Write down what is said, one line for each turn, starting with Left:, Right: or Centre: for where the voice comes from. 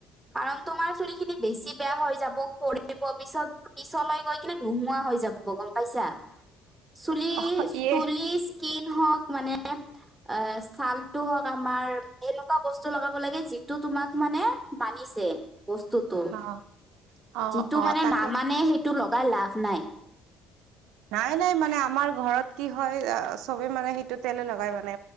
Centre: কাৰণ তোমাৰ চুলি খিনি বেছি বেয়া হৈ যাব। খৰিব, পিছত পিছলৈ গৈ কিনে নোহোৱা হৈ যাব গম পাইছা। চুলি,
Right: অ ইয়ে
Centre: চুলি কিন হওক মানে এ, ছালতটো হওক আমাৰ এনেকুৱা বস্তু লগাব লাগে যিটো তোমাক মানে বানি ছে। বস্তুতটো
Right: অ অ
Centre: যিটো
Right: অ
Centre: মানে,
Right: তাকে
Centre: নামানে সেইটো লগাই লাভ নাই।
Right: নাই, নাই মানে আমাৰ ঘৰত কি হয়? চবে মানে সেইটো তেলে লগাই মানে,